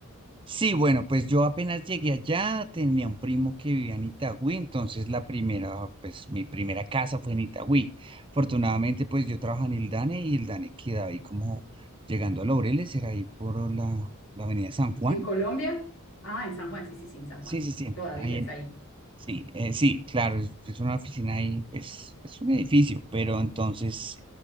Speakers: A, on the right; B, on the left.
A: Sí, bueno, pues yo apenas llegué allá, tenía un primo que vivía en Itagüí, entonces la primera, pues mi primera casa fue en Itagüí. Afortunadamente, pues yo trabajaba en el DANE y el DANE quedaba ahí como llegando a Laureles, era ahí por la, la avenida San Juan.
B: ¿En Colombia? Ah, en San Juan, sí, sí, sí, en San
A: Sí,
B: Juan.
A: sí, sí,
B: Todavía
A: ahí
B: es
A: en,
B: ahí.
A: sí, eh, sí, claro, es, es una oficina ahí, pues es un edificio, pero entonces